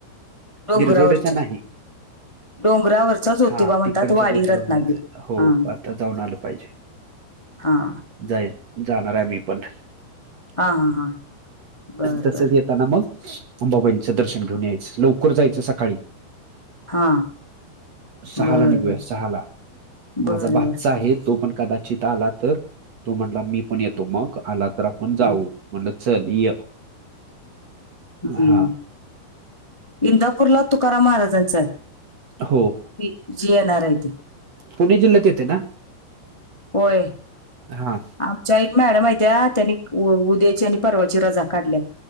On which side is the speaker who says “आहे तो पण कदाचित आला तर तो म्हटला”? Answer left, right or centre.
Right